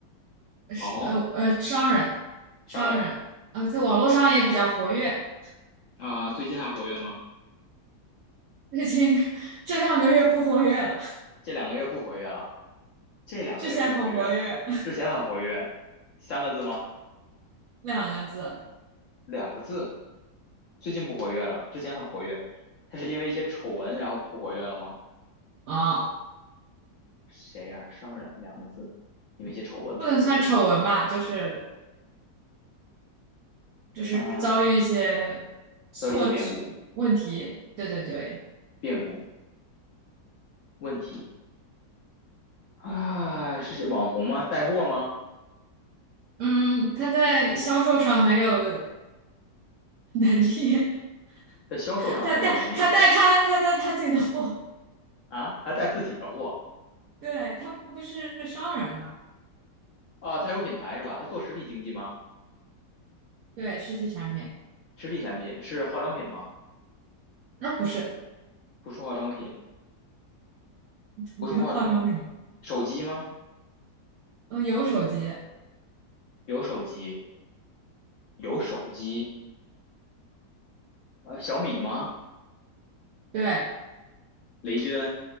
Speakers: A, on the right; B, on the left.
A: 是呃呃商人，
B: 网红。商人
A: 商人，呃，在网络上也比较活跃，
B: 啊，最近还活跃吗？
A: 最近 <laughs> 这两个月不活跃了，
B: 这两个月不活跃了，这两个月不活跃了，
A: 之前很活跃，
B: 之前很活跃，三个字吗？
A: <laughs> 两个字啊、
B: 两个字，最近不活跃了，之前很活跃，他是因为一些丑闻然后不活跃了吗？
A: 哦
B: 谁呀、商人两个字，因为一些丑闻不活跃
A: 不能算丑闻吧，就是就是遭遇一些错错问题，
B: 啊，都有一些变故，
A: 对对对，
B: 变故问题啊，是谁网红吗？带货吗？
A: 嗯，他在销售上很有能力，
B: 在销售上很有能力
A: <laughs> 他带他带他他带他自己的货，
B: 啊，还带自己的货
A: 对，他不是商人嘛，
B: 啊，他有品牌是吧？他做实体经济吗？
A: 对，实体产品，
B: 实体产品是化妆品吗？
A: 那、不是，
B: 不是化妆品，
A: <laughs>
B: 不是化妆品，
A: 别化妆品。
B: 手机吗？
A: 嗯，有手机，
B: 有手机，有手机，呃，小米吗？
A: 对
B: 雷军，